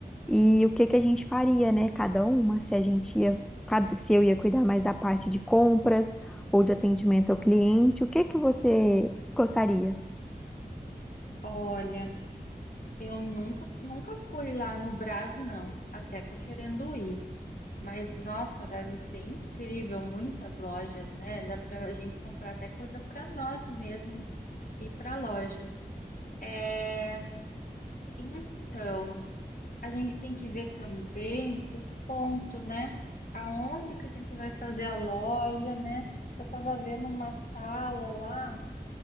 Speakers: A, in the centre; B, on the left.
A: e o que que a gente faria, né? Cada uma, se a gente ia, cada- se eu ia cuidar mais da parte de compras ou de atendimento ao cliente, o que que você gostaria?
B: Olha. Eu nunca, nunca fui lá no Brás, não. Até tô querendo ir. Mas, nossa, deve ser incrível. Muitas lojas, né? Dá pra gente comprar até coisa para nós mesmos ir pra loja. É, então, a gente tem que ver também o ponto, né? Aonde que a gente vai fazer a loja, né? Eu tava vendo uma sala lá